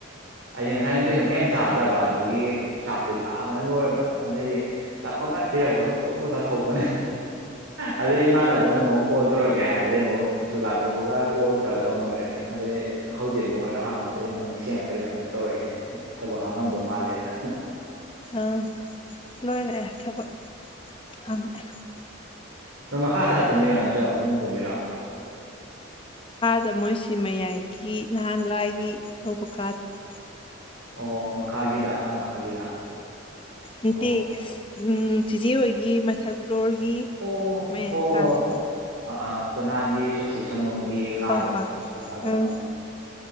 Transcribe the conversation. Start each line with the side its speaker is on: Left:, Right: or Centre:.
Right: ꯑꯩꯗꯤ ꯉꯁꯥꯏ ꯅꯨꯡꯊꯤꯜꯗꯣ ꯀꯩꯝ ꯆꯥꯗ꯭ꯔꯕ ꯑꯗꯨꯒꯤ ꯆꯥꯛ ꯇꯨꯜꯂꯥꯛꯑ ꯑꯃꯅ ꯂꯣꯏꯔꯕ ꯑꯗꯩꯗꯒꯤ ꯆꯐꯠ ꯊꯤꯔꯛꯄ ꯄ ꯆꯥꯊꯣꯛꯄꯅꯦ ꯑꯗꯨꯗꯩ ꯏꯃꯥꯟꯅꯕꯅ ꯑꯃꯨꯛ ꯀꯣꯜ ꯇꯧꯔꯛꯀꯦ ꯀꯩ ꯍꯥꯏꯕꯗꯤ ꯑꯃꯨꯛ ꯆꯥꯆꯥꯥꯊꯣꯛꯑꯒ ꯀꯣꯜ ꯈꯔ ꯇꯧꯅꯔꯦꯗꯩ ꯍꯧꯖꯤꯛ ꯑꯃꯨꯛ ꯈꯔ ꯍꯥꯡꯉꯛꯄꯗꯒꯤꯩ ꯅꯪ ꯅꯤꯡꯁꯤꯡꯉꯛꯄꯩ ꯅꯪ ꯑꯃꯨꯛ ꯇꯧꯔꯛꯏꯅꯦ ꯊꯕꯛ ꯍꯥꯡꯉꯝꯗꯧ ꯃꯥꯜꯂꯦꯅ
Left: ꯑꯪ ꯂꯣꯏꯔꯛꯑꯦ ꯊꯕꯛ ꯍꯪꯉꯛꯑꯦ
Right: ꯅ ꯃ ꯃꯈꯥ ꯊꯥ ꯇꯨꯝꯃꯤꯔꯛꯟꯆꯥ ꯐꯃꯨꯡ ꯇꯨꯝꯃꯤꯔꯛ
Left: ꯑꯗ ꯃꯣꯏꯁꯤ ꯃꯌꯥꯏꯒꯤ ꯅꯍꯥꯟ ꯂꯥꯏꯒꯤ ꯇꯧꯕ ꯀꯥꯗꯨꯗ
Right: ꯑꯣ ꯃꯈꯥꯒꯤꯗ ꯃꯈꯥꯒꯤꯗ
Left: ꯎꯝ
Right: ꯑꯣ
Left: <inaudible> ꯇꯦ
Right: ꯑꯣ
Left: ꯎꯝ ꯆꯤꯆꯦ ꯍꯣꯏꯒꯤ ꯃꯊꯛ ꯐ꯭ꯂꯣꯔꯒꯤ
Right: ꯑꯣ
Left: ꯃꯌꯥꯏ
Right: ꯑꯣ
Left: ꯀꯥꯗꯨꯗ
Right: ꯑ ꯀ ꯅꯍꯥꯡꯒꯤ ꯑꯁꯤ ꯁꯪꯝꯕꯣꯝꯒꯤ ꯀꯥꯗꯣ
Left: ꯍꯣꯏ ꯍꯣꯏ
Right: ꯁꯣꯐꯚꯥꯗꯣ
Left: ꯎꯝ
Right: ꯑꯥ